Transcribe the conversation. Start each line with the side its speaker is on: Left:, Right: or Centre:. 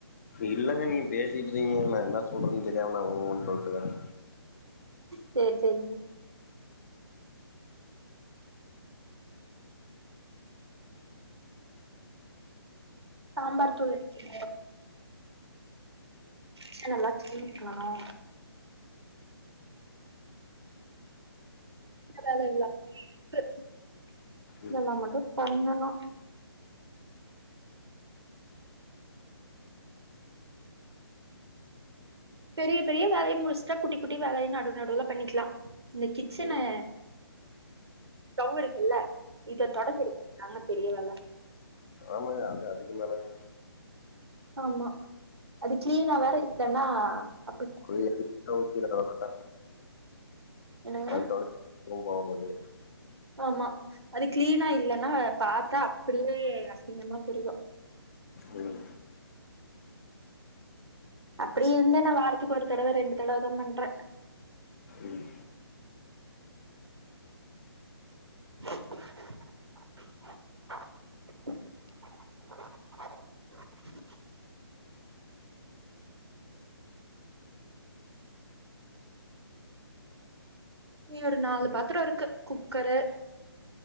Left: இல்லங்க நீங்க பேசிட்ருக்கிங்க நான் என்ன சொல்றேன்னு தெரியாம நான் உ உ னு சொல்ட்டுக்கறேன்
Right: சேர் சேரிங்க சாம்பார் தூள் இருக்கு ச்ச நல்லா சீனிக்காணோ வேலல்லா இல்ல இருக்றது இதெல்லா
Left: ம்
Right: மட்டும் பண்ணணு பெரிய பெரிய வேலைய முடிச்ட்டா குட்டி குட்டி வேலைய நடு நடுல்ல பண்ணிக்லா இந்த கிச்சன
Left: ம்
Right: டவ் இருக்குல்ல இத தொடச்செடுக்கு தாங்க பெரிய வேல
Left: ஆமாக அது அதுக்கு மேலங்க
Right: ஆமா அது கிளீனா வேற இல்லன்னா
Left: <unintelligible>
Right: ஆ
Left: ஆஹ
Right: என்னங்க
Left: அது தொடச்ச போ போவாது
Right: ஆமா அது கிளீனா இல்லன்னா பாத்தா அப்டியே அசிங்கமா தெரியு
Left: ம்
Right: அப்டி இருந்தே நான் வாரத்துக்கு ஒரு தடவ ரெண்டு தடவதா பண்றே
Left: ம்
Right: <inaudible> நீ ஒரு நாலு பாத்ரொருக்கு குக்கரு